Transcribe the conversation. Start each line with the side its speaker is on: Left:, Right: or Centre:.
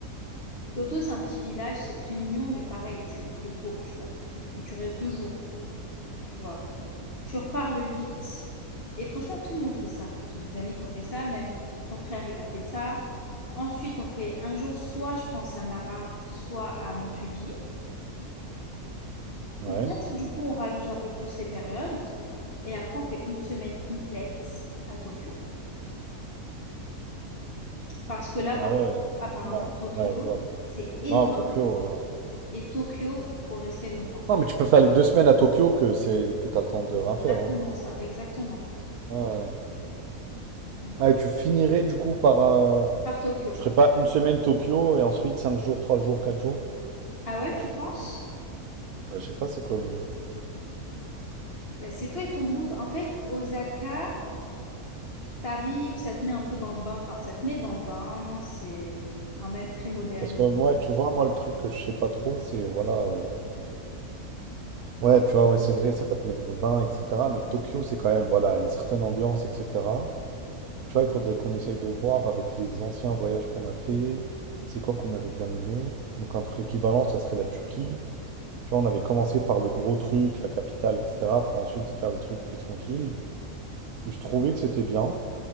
Left: Kyoto, c'est un petit village, c'est très mignon, mais pareil, tu fais vite le tour, tu vois. Donc tu restes deux jours, tu vois. Tu repars le 8. Et franchement, tout le monde fait ça. J'ai des amis qui ont fait ça, même ton frère, il a fait ça. Ensuite, on fait un jour soit, je pense, à Nara, soit à Mont Fuji.
Right: Ouais.
Left: Ou peut-être du coup on rallonge un peu plus les périodes et après on fait une semaine complète à Tokyo. Parce que là
Right: Ah
Left: par
Right: ouais,
Left: contre, apparemment
Right: carrément,
Left: Tokyo,
Right: ouais. Ouais, je vois,
Left: c'est énorme
Right: Non, Tokyo. euh,
Left: et Tokyo, faut rester longtemps.
Right: Non, mais tu peux faire les deux semaines à Tokyo que c'est que t'as le temps de rien
Left: Exactement
Right: faire. hein.
Left: ça, exactement.
Right: Ah, Ouais.
Left: Donc
Right: Ah, et tu finirais du coup par. euh,
Left: par Tokyo.
Right: Tu ferais pas une semaine Tokyo et ensuite cinq jours, trois jours, quatre jours?
Left: Ah ouais, tu penses?
Right: Ouais, je sais pas c'est quoi le mieux.
Left: Ben, c'est toi et ton mood. En fait, Osaka, t'arrives, ça te met un peu dans le bain, enfin ça te met dans le bain, c'est quand même très moderne.
Right: Parce que ouais, tu vois, moi le truc que je sais pas trop, c'est voilà. euh, Ouais, tu vois, ouais, c'est vrai, ça va te met dans le bain, etc. Mais Tokyo, c'est quand même voilà une certaine ambiance, etc. Tu vois, il faudrait qu'on essaye de voir avec les anciens voyages qu'on a fait, c'est quoi qu'on avait bien aimé. Donc un truc équivalent, ça serait la Turquie. Tu vois, on avait commencé par le gros truc, la capitale, etc., pour ensuite faire des trucs plus tranquilles. Et je trouvais que c'était bien,